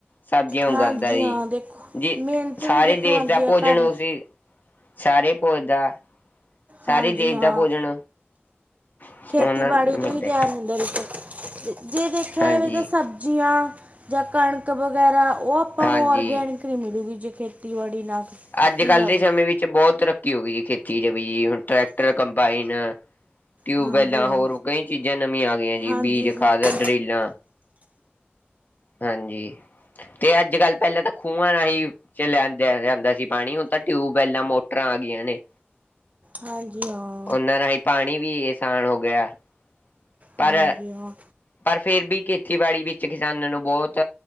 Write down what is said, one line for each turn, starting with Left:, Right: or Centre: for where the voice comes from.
Left: ਸਬਜ਼ੀਆਂ ਉਗਾਂਦਾ
Right: ਹਾਂਜੀ
Left: ਜੀ
Right: ਹਾਂ ਦੇਖੋ
Left: ਜੇ
Right: ਮਿਹਨਤ
Left: ਸਾਰੇ
Right: ਤੇ ਦੇਖੋ
Left: ਦੇਸ਼
Right: ਹਾਂਜੀ
Left: ਦਾ
Right: ਆ
Left: ਭੋਜਨ
Right: ਕਰਨ
Left: ਉਸ ਸਾਰੇ ਭੋਜ ਦਾ, ਸਾਰੇ
Right: ਹਾਂਜੀ
Left: ਦੇਸ਼
Right: ਹਾਂ
Left: ਦਾ ਭੋਜਨ, ਉਹਨਾਂ
Right: ਖੇਤੀਬਾੜੀ
Left: ਨੂੰ
Right: ਤੋਂ
Left: ਮਿਲਦਾ
Right: ਹੀ ਤਿਆਰ ਹੁੰਦਾ ਵਿੱਚ। ਜੇ ਦੇਖਿਆ
Left: ਹਾਂਜੀ,
Right: ਜਾਵੇ ਤਾਂ ਸਬਜ਼ੀਆਂ ਜਾ ਕਣਕ ਵਗੈਰਾ ਉਹ ਆ ਆਪਾਂ
Left: ਹਾਂਜੀ।
Right: ਨੂੰ ਔਰਗੈਨਿਕ ਨੀ ਮਿਲੋਗੀ ਜੇ ਖੇਤੀਬਾੜੀ ਨਾ ਕੀਤੀ
Left: ਅੱਜ ਕੱਲ੍ਹ
Right: ਜਾਵੇ।
Left: ਸਮੇਂ ਦੇ ਵਿੱਚ ਬਹੁਤ ਕੀ ਹੋ ਗਈ ਖੇਤੀ ਚ ਵੀ ਹੁਣ ਟਰੈਕਟਰ ਕੰਬਾਈਨ, ਟਿਊਬਵੈਲਾਂ
Right: ਹਾਂਜੀ ਹਾਂ
Left: ਹੋਰ ਕਈ ਚੀਜ਼ਾਂ ਨਵੀਆ ਆ ਗਈਆ ਜੀ
Right: ਹਾਂਜੀ
Left: ਬੀਜ
Right: ਸਰ
Left: ਖਾਦ ਡਰਿਲਾਂ, ਹਾਂਜੀ, ਤੇ ਅੱਜ-ਕੱਲ ਪਹਿਲਾ ਤਾਂ ਖੂਹਾ ਰਾਹੀ ਚਲਿਆ ਜਾਂਦਾ ਸੀ ਪਾਣੀ ਹੁਣ ਤਾਂ ਟਿਊਬਵੈਲਾਂ ਮੋਟਰਾਂ ਆ ਗਈਆ ਨੇ।
Right: ਹਾਂਜੀ ਹਾਂ।
Left: ਉਹਨਾਂ ਰਾਹੀਂ ਪਾਣੀ ਵੀ ਅਸਾਨ ਹੋ ਗਿਆ। ਪਰ
Right: ਹਾਂਜੀ ਹਾਂ।
Left: ਪਰ ਫੇਰ ਵੀ ਖੇਤੀਬਾੜੀ ਵਿੱਚ ਕਿਸਾਨਾਂ ਨੂੰ ਬਹੁਤ,